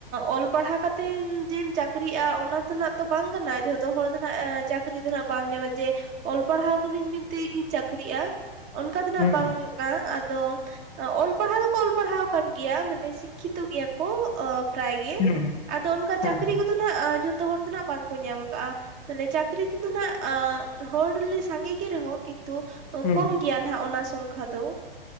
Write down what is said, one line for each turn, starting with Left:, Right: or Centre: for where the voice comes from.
Right: ᱚᱞ ᱯᱟᱲᱦᱟᱣ ᱠᱟᱛᱮ ᱡᱮᱢ ᱪᱟᱹᱠᱨᱤᱜᱼᱟ, ᱚᱱᱟ ᱛᱮᱱᱟᱜ ᱵᱟᱝ ᱠᱟᱱᱟ ᱡᱷᱚᱛᱚ ᱦᱚᱲ ᱫᱚᱱᱟᱜ ᱪᱟᱹᱠ ᱪᱟᱹᱠᱨᱤ ᱫᱚ ᱦᱟᱸᱜ ᱵᱟᱢ ᱧᱟᱢᱟ ᱡᱮ, ᱚᱞ ᱯᱟᱲᱦᱟᱣ ᱠᱟᱹᱱᱟᱹᱧ ᱢᱮᱱᱛᱮ ᱜᱤᱧ ᱪᱟᱹᱠᱨᱤ-ᱟ᱾ ᱚᱱᱠᱟ ᱫᱚ ᱱᱟᱜ
Left: ᱦᱩᱸ
Right: ᱵᱟᱝ ᱠᱟᱱᱟ, ᱟᱫᱚ ᱚᱞ ᱯᱟᱲᱦᱟᱣ ᱫᱚᱠᱚ ᱚᱞ ᱯᱟᱲᱦᱟᱣ ᱠᱟᱱ ᱜᱮᱭᱟ, ᱢᱟᱱᱮ ᱥᱤᱠᱠᱷᱤᱛᱚ ᱜᱮᱭᱟ ᱠᱚ, ᱚᱸ ᱯᱨᱟᱭ ᱜᱮ
Left: ᱦᱩᱸ
Right: ᱟᱫᱚ, ᱚᱱᱠᱟ
Left: ᱦᱮᱸ
Right: ᱪᱟᱹᱠᱨᱤ ᱠᱚᱫᱚ ᱱᱟᱜ, ᱡᱷᱚᱛᱚ ᱦᱚᱲ ᱫᱚ ᱱᱟᱜ ᱵᱟᱝᱠᱚ ᱧᱟᱢ ᱠᱟᱜ-ᱟ᱾ ᱢᱟᱱᱮ ᱪᱟᱹᱠᱨᱤ ᱛᱮᱫᱚᱦᱟᱜ, ᱦᱚᱲᱞᱮ ᱜ ᱥᱟᱜᱮ ᱜᱮ ᱨᱮᱦᱚᱸ, ᱠᱤᱱᱛᱩ
Left: ᱦᱩᱸ
Right: ᱠᱚᱢ ᱜᱮᱭᱟ ᱱᱟᱜ, ᱚᱱᱟ ᱥᱚᱝᱠᱷᱟ ᱫᱚ᱾